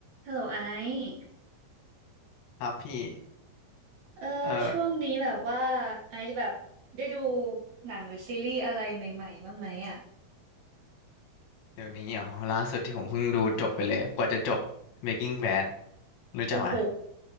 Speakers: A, on the right (about 60°); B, on the left (about 75°).
A: ฮัลโหลไอซ์
B: ครับพี่
A: เออช่วงนี้แบบว่า
B: เอ่อ
A: ไอซ์แบบได้ดูหนังหรือซีรีส์อะไรใหม่ๆบ้างไหมอ่ะ
B: เดี๋ยวนี้เหรอล่าสุดที่ผมเพิ่งดูจบไปเลยกว่าจะจบ Breaking Bad รู้จักไหม
A: โอ้โห